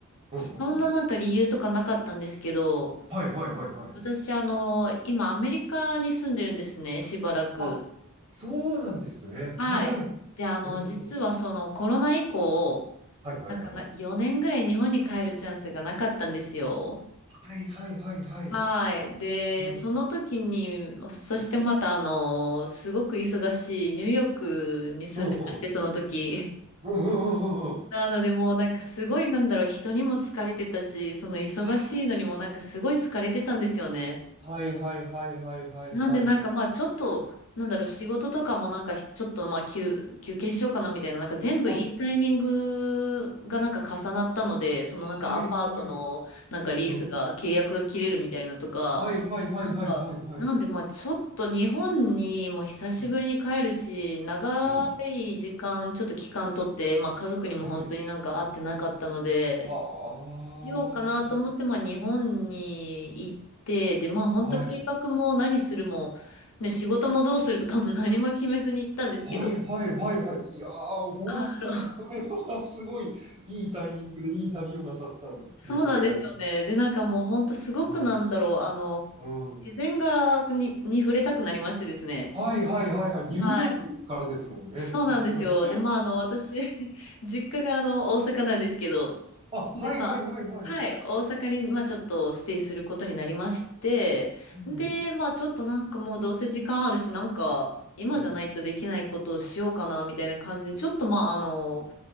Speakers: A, on the right (about 25°); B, on the left (about 70°).
A: うん、
B: そんななんか理由とかなかったんですけど、
A: うん。はいはいはいはい。
B: 私、あの、今アメリカに住んでるんですね、しばらく。
A: あ、そうなんですね。
B: はい。
A: はい。
B: で、あの、
A: うんうん。
B: 実はそのコロナ以降、
A: はいはいはい。
B: なんかな、4年ぐらい日本に帰るチャンスがなかったんですよ。
A: はいはいはいはい。
B: はい。で、
A: うん。
B: その時に、そしてまたあの、
A: うん。
B: すごく忙しいニューヨークに住んでまして、
A: うんうん。
B: その時。
A: うんうんうんうんうん。
B: なのでもうなんかすごいなんだろう、人にも疲れてたし、その忙しいのにもなんかすごい疲れてたんですよね。
A: はいはいはいはいはいはい。
B: なんでなんかまあちょっと、なんだろう、仕事とかもなんかひちょっとまあ休、休憩しようかなみたいな、なんか全部いいタイミングがなんか重なったので、
A: あ、
B: そのなんかアパートのなんかリースが、
A: はいはい。うん。
B: 契約が切れるみたいなとか、
A: はいはいはいはいはいはい。
B: なんか、なんでまあちょっと日本にもう久しぶりに帰るし、
A: うん。
B: 長い時間、
A: うん。
B: ちょっと期間取って、まあ家族にも本当になんか会ってなかったので、
A: うん。は
B: しようかなと思って、まあ、日本に行って、で、まあ、本当計画も何するも、
A: あ。はい。
B: ね、仕事もどうするとかも <laughs> 何も決めずに行ったんですけど、
A: はいはいはいはい。いやー、本当にそれはすごいいいタイミングでいい旅をなさったんですね。
B: あの、そうなんですよね。で、なんかもう本当すごくなんだろう、
A: あ、
B: あの、
A: うん。
B: 自然がに、に触れたくなりましてですね。
A: はいはいはいはい。ニューヨークからですもんね。
B: はい。そうなんですよ。
A: <laughs>
B: で、まあ、あの、私、<laughs> 実家があの、大阪なんですけど、
A: あ、はいはいはいはい。
B: で、まあ、はい、大阪に、まあ、ちょっとステイすることになりまして、で、
A: うん。
B: まあ、ちょっとなんかもうどうせ時間あるし、なんか、今じゃないとできないことをしようかな、
A: うんうん。
B: みたいな感じで、ちょっとまあ、あの、